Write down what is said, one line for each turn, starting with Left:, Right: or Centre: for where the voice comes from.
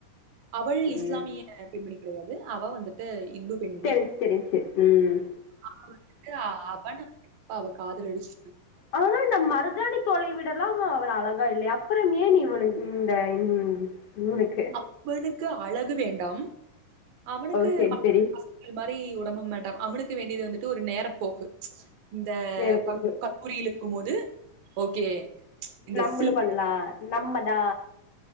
Right: அவள்
Left: ம்,
Right: இஸ்லாமிய பெண்மணி கிடையாது அவ வந்துட்டு இந்து பெண்
Left: தெரிஞ்சு தெரிஞ்சு ம்
Right: அவ வந்துட்டு அவனப்ப அவ காதல அடிச்சு
Left: ஆனா நம் மருதாணி தொலைவிடலாம அவள அழகா இல்லை அப்பறம் ஏன் இவனு இந்த இவனுக்கு
Right: அவனுக்கு அழகு வேண்டாம் அவனுக்கு
Left: ஓ சரி சரி
Right: மாதி உடம்பம் வேண்டா அமுனுக்கு வேண்டியது வந்துட்டு ஒரு நேரப்ப போக்கு இந்த
Left: நெருப்புக்கு
Right: <inaudible> கூரியில் இருக்கும் போது ஓகே இந்த
Left: நம்மளு
Right: சில்வர்
Left: பண்ணலா நம்மதா